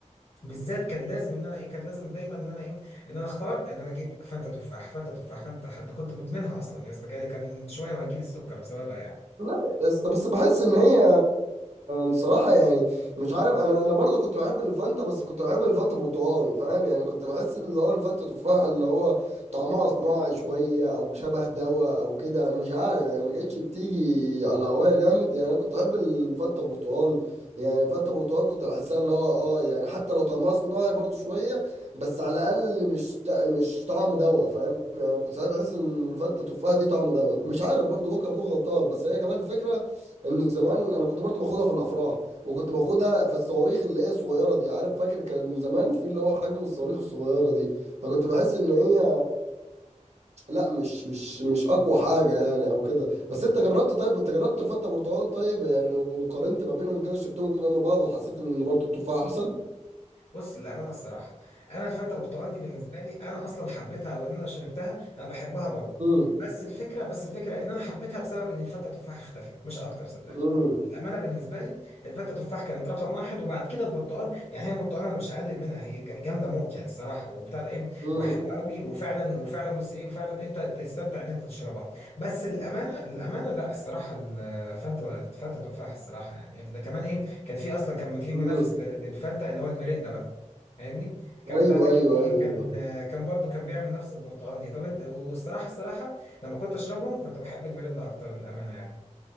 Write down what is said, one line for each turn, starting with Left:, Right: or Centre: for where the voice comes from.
Left: بالذات كان لازم ان انا ايه كان لازم دايما ان انا ايه ان انا اختار ان انا اجيب فانتا تفاح فانتا تفاح فانتا ده كنت مدمنها اصلا يا اسطى جالي كان شويه وهجيلي السكر بسببها يعني
Right: لا بس بس بحس ان هي بصراحه يعني مش عارف انا انا برضو كنت بحب الفانتا بس كنت بحب الفانتا برتقال فاهم يعني كنت بحس اللي هو الفانتا تفاح اللي هو طعمها صناعي شويه او شبه دواء او كده مش عارف يعني ما كانتش بتيجي على هوايا جامد يعني انا كنت بحب الفانتا برتقال يعني فانتا برتقال كنت بحسها اللي هو اه يعني حتى لو طعمها صناعي برضو شويه بس على الاقل مش تا- مش طعم دواء فاهم يعني كنت ساعات بحس ان الفته تفاحه دي طعم دواء مش عارف برضو ممكن اكون غلطان بس هي كمان الفكره ان زمان انا كنت برضو باخدها في الافراح وكنت باخدها في الصواريخ اللي هي الصغيره دي عارف فاكر كان زمان في اللي هو حجم الصواريخ الصغيره دي فكنت بحس ان هي لا مش مش مش اقوى حاجه يعني او كده بس انت جربت طيب انت جربت فته برتقال طيب يعني وقارنت ما بينهم كده شربتهم جنب بعض وحسيت ان برضو التفاح احسن
Left: بص للامانه الصراحه انا الفانتا برتقال دي بالنسبه لي انا اصلا حبيتها او ان انا شربتها انا بحبها برضه
Right: امم
Left: بس الفكره بس الفكره ان انا حبيتها بسبب ان الفانتا تفاح اختفت مش اكتر صدقني
Right: امم
Left: للامانه بالنسبه لي الفانتا تفاح كانت رقم واحد وبعد كده البرتقال يعني هي برتقال انا مش هقلل منها هي ج- جامده موت يعني الصراحه وبتاع ده ايه
Right: امم
Left: وحلوه قوي وفعلا وفعلا بص ايه وفعلا انت تستمتع ان انت تشربها بس للامانه للامانه لا الصراحه الفانتا الفانتا تفاح الصراحه يعني ده كمان ايه كان في اصلا كان في
Right: مم.
Left: منافس ل- للفانتا اللي هو الميريندا بقى فاهمني كان
Right: ايوه
Left: بتاع ده كان
Right: ايوه
Left: ايه
Right: ايوه
Left: كان آه، كان برضو كان بيعمل نفس البرتقال دي طب انت والصراحه الصراحه لما كنت اشربهم كنت بحب الميريندا اكتر للامانه يعني